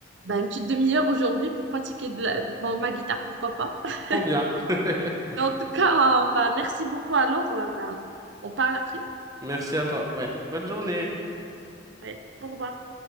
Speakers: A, on the right; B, on the right.
A: bah, une petite demi-heure aujourd'hui pour pratiquer de la- bon, ma guitare, pourquoi pas. <laughs>
B: Trop bien. <laughs>
A: En tout cas, euh, bah, merci beaucoup alors, euh, bah, on parle après.
B: Merci à toi. Ouais. Bonne journée.
A: Ouais, au revoir.